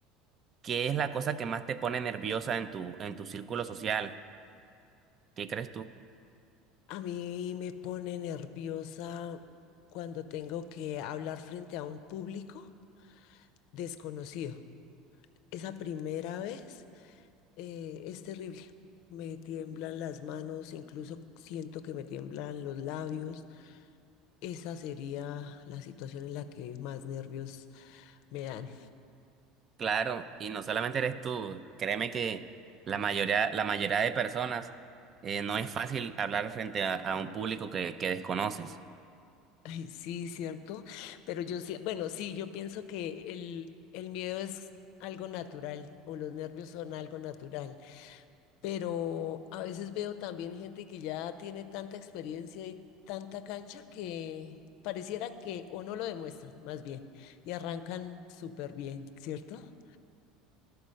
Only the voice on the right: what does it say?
¿qué es la cosa que más te pone nerviosa en tu, en tu círculo social? ¿Qué crees tú?
Claro, y no solamente eres tú, créeme que la mayoría, la mayoría de personas eh, no es fácil hablar frente a, a un público que, que desconoces.